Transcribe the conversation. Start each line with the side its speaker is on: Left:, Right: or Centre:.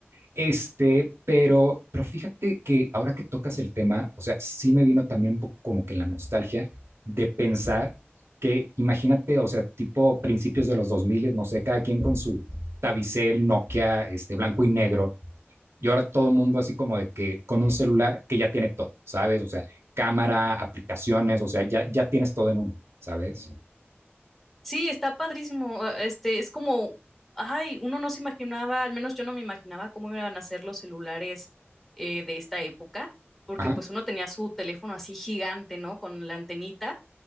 Right: Este, pero, pero fíjate que ahora que tocas el tema, o sea, sí me vino también un poco como que la nostalgia de pensar que, imagínate, o sea, tipo principios de los 2000, no sé, cada quien con su Tabicel, Nokia, este, blanco y negro, y ahora todo el mundo así como de que con un celular que ya tiene todo, ¿sabes? O sea, cámara, aplicaciones, o sea, ya, ya tienes todo en uno, ¿sabes?
Centre: Sí, está padrísimo, eh, este, es como, ay, uno no se imaginaba, al menos yo no me imaginaba cómo iban a ser los celulares eh, de esta época, porque
Right: Ajá,
Centre: pues uno tenía su teléfono así gigante, ¿no? Con la antenita